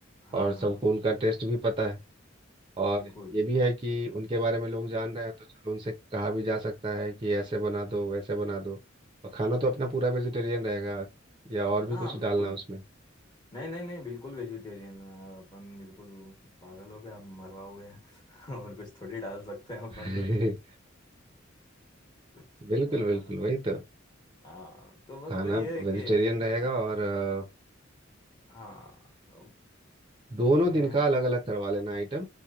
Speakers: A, on the left; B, on the right.
A: हाँ
B: और सबको
A: हाँ
B: उनका टेस्ट भी पता है और
A: बिल्कुल
B: ये भी है कि उनके बारे में लोग जान रहे हैं तो चलो उनसे कहा भी जा सकता है कि ऐसे बना दो वैसे बना दो और खाना तो अपना पूरा वेजिटेरियन रहेगा या और भी
A: हाँ
B: कुछ डालना
A: बिल्कुल
B: है उसमें
A: नहीं नहीं नहीं बिल्कुल वेजिटेरियन अपन बिल्कुल पागल हो गया आप मरवाओगे <laughs> और कुछ थोड़ी डाल सकते हैं अपन
B: <laughs>
A: <laughs>
B: बिल्कुल
A: हाँ
B: बिल्कुल वही तो
A: हाँ तो बस
B: खाना
A: वही है
B: वेजिटेरियन
A: कि
B: रहेगा और अ,
A: हाँ तो
B: दोनों
A: हमें
B: दिन का अलग अलग करवा लेना आइटम